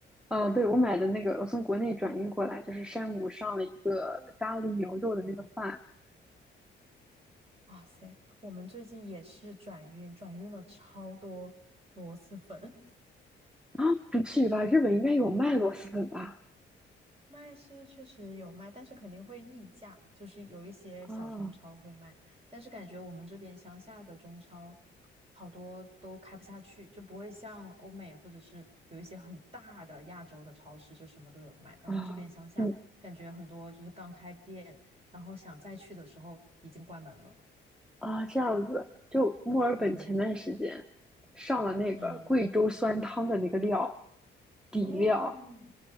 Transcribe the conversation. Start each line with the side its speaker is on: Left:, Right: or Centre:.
Centre: 呃，对，我买的那个，我从国内转运过来，就是山姆上了一个咖喱牛肉的那个饭
Right: 哇塞，我们最近也是转运，转运了超多螺蛳粉。<laughs>
Centre: 啊，不至于吧？日本应该有卖螺蛳粉吧？
Right: 卖是确实有卖，但是肯定会溢价，就是有一些小中超会卖，
Centre: 啊
Right: 但是感觉我们这边乡下的中超好多都开不下去，就不会像欧美或者是有一些很大的亚洲的超市就什么都有的卖，然后这边乡下感觉很多就是刚开店，
Centre: 啊，嗯
Right: 然后想再去的时候已经关门了。
Centre: 啊，这样子，就墨尔本前段时间上了那个贵州酸汤的那个料
Right: 嗯，嗯，
Centre: 底料，
Right: 哦，